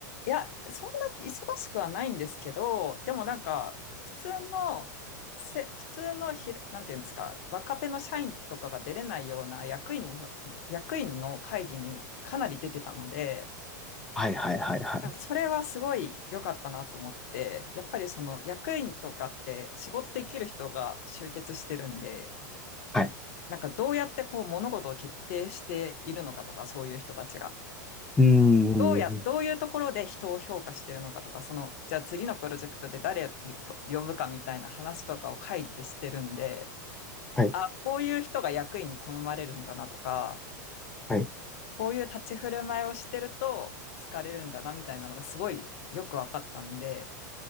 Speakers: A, on the left (about 45°); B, in the centre.
A: いや、そんなに忙しくはないんですけど、でもなんか、普通の、せ、普通のひら、なんていうんですか、若手の社員とかが出れないような役員の、役員の会議にかなり出てたので、
B: はい、はい、はい、はい。
A: なんかそれはすごい良かったなと思って、やっぱりその役員とかって仕事できる人が集結してるんで、
B: はい。
A: なんかどうやってこう物事を決定しているのかとか、そういう人たちが。
B: うーん、
A: どうや、どういうところで人を評価してるのかとか、その、じゃあ次のプロジェクトで誰をと呼ぶかみたいな話とかを会議でしてるんで、
B: はい、
A: あ、こういう人が役員に好まれるんだなとか、
B: はい。
A: こういう立ち振る舞いをしてると好かれるんだなみたいなのがすごいよく分かったんで、